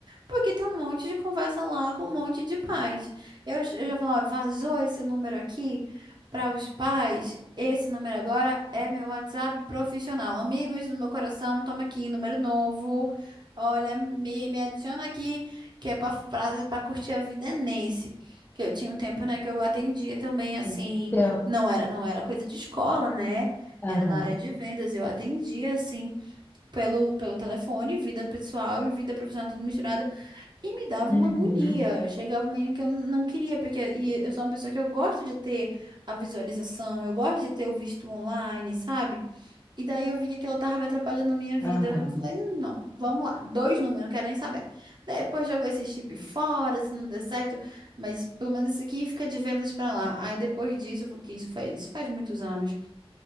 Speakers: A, on the right; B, on the left.
A: porque tem um monte de conversa lá com um monte de pais. Eu, j- eu já falo, ó, vazou esse número aqui para os pais. Esse número agora é meu WhatsApp profissional. Amigos do meu coração, toma aqui, número novo. Olha, me, me adiciona aqui, que é pra, pra, pra curtir a vida é nesse. Que eu tinha um tempo, né, que eu atendia também, assim,
B: <laughs>
A: não era, não era coisa de escola, né?
B: Aham,
A: Era na área de vendas, eu atendia, assim, pelo, pelo telefone, vida pessoal e vida profissional, tudo misturado. E me dava
B: uhum,
A: uma agonia. Chegava um momento que eu não queria, porque e eu sou uma pessoa que eu gosto de ter a visualização, eu gosto de ter o visto online, sabe? E daí eu vi que aquilo tava me atrapalhando na minha vida.
B: aham.
A: Eu falei, não, vamos lá, dois números, não quero nem saber. Depois jogo esse chip fora, se não der certo, mas pelo menos esse aqui fica de vendas pra lá. Aí depois disso, eu falei, que isso faz, isso faz muitos anos.